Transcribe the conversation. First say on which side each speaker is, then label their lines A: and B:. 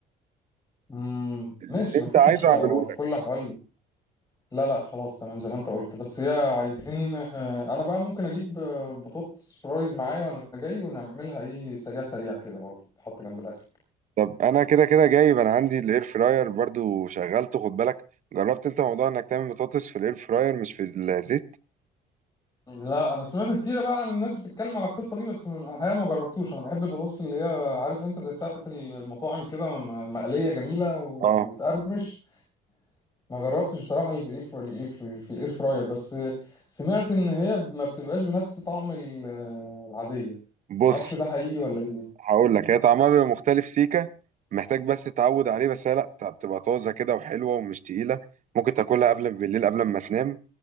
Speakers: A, on the left (about 25°); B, on the right (about 50°).
A: مم...
B: اللي
A: ماشي
B: انت
A: مفيش
B: عايزه
A: مشكلة
B: اعمله
A: هو في كل الأحوال لا لا خلاص تمام زي ما انت قلت بس هي عايزين آه، انا بقى ممكن اجيب آه، بطاطس فرايز معايا وانا جاي ونعملها ايه سريع سريع كده برضه تحط جنب الاكل
B: طب انا كده كده جايب انا عندي الاير فراير برضو شغلته خد بالك جربت انت موضوع انك تعمل بطاطس في الاير فراير مش في الزيت
A: لا انا سمعت كتير بقى عن الناس بتتكلم على القصه دي بس الحقيقه ما جربتوش انا بحب البطاطس اللي هي عارف انت زي بتاعه المطاعم كده م- مقليه جميله وبتقرمش
B: اه
A: ما جربتش بصراحه اللي في الاير في الإير- في الاير فراير بس سمعت ان هي ما بتبقاش بنفس طعم ال- العاديه
B: بص
A: ما اعرفش ده حقيقي ولا ايه
B: هقول لك هي طعمها بيبقى مختلف سيكه محتاج بس تتعود عليه بس هي لا طب بتبقى طازه كده وحلوه ومش تقيله ممكن تاكلها قبل بالليل قبل ما تنام